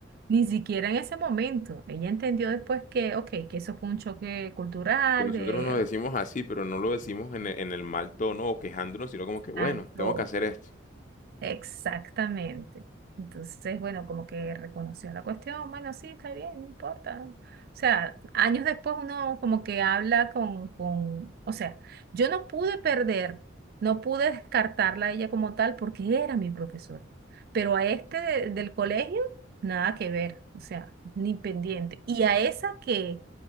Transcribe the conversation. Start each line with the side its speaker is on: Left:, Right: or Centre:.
Right: ni siquiera en ese momento. Ella entendió después que, ok, que eso fue un choque cultural,
Left: Que nosotros
Right: de...
Left: nos decimos así, pero no lo decimos en el, en el mal tono o quejándonos, sino como que, bueno,
Right: acto
Left: tengo que hacer esto.
Right: Exactamente. Entonces, bueno, como que reconoció la cuestión, bueno, sí, está bien, no importa. O sea, años después uno como que habla con, con, o sea, yo no pude perder, no pude descartarla a ella como tal porque era mi profesora, pero a este de- del colegio, nada que ver, o sea, ni pendiente. Y a esa que,